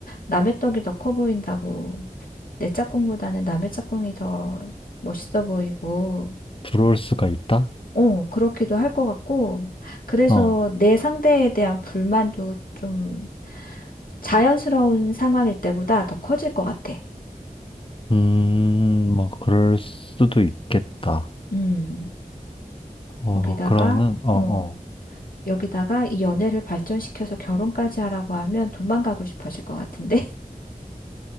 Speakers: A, on the left; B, on the left.
A: 남의 떡이 더 커 보인다고. 내 짝꿍보다는 남의 짝꿍이 더 멋있어 보이고,
B: 부러울 수가 있다?
A: 어, 그렇기도 할 것 같고, 그래서
B: 어,
A: 내 상대에 대한 불만도 좀 자연스러운 상황일 때보다 더 커질 것 같아.
B: 음, 뭐, 그럴 수도 있겠다.
A: 음,
B: 어,
A: 거기다가,
B: 그러면은, 어,
A: 어.
B: 어,
A: 여기다가 이 연애를 발전시켜서 결혼까지 하라고 하면 도망가고 싶어질 것 같은데?